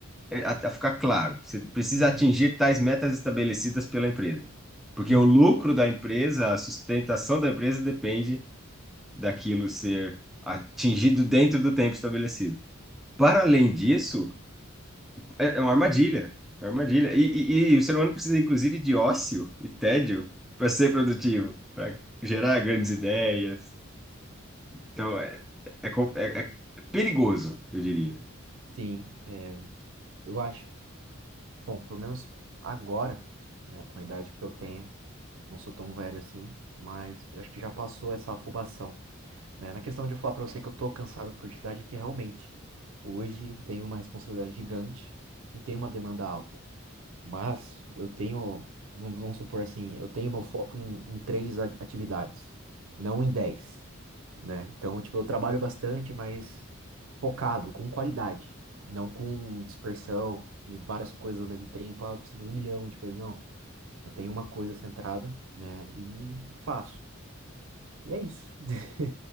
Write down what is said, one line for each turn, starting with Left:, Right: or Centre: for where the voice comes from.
Centre: é, a, a ficar claro, você precisa
Right: Uhum,
Centre: atingir tais metas estabelecidas pela empresa. Porque
Right: uhum.
Centre: o lucro da empresa, a sustentação da empresa depende daquilo ser atingido dentro do tempo estabelecido. Para além disso, é é uma armadilha. É uma armadilha. E, e- e o ser humano precisa, inclusive, de ócio e tédio para ser produtivo, para gerar grandes ideias. Então, é, é, é- é perigoso, eu diria.
Right: Sim, é, eu acho. Bom, pelo menos agora, né, com a idade que eu tenho, não sou tão velho assim, mas eu acho que já passou essa afobação, né? Na questão de eu falar pra você que eu tô cansado por idade, é que realmente hoje tenho uma responsabilidade gigante e tem uma demanda alta. Mas eu tenho, vamos vamos supor assim, eu tenho meu foco em, em três a- atividades, não em dez, né? Então, tipo, eu trabalho bastante, mas focado, com qualidade, não com dispersão e várias coisas ao mesmo tempo. Ah, eu preciso fazer um milhão de coisas, não. Eu tenho uma coisa centrada, né? E faço. E é isso. <laughs>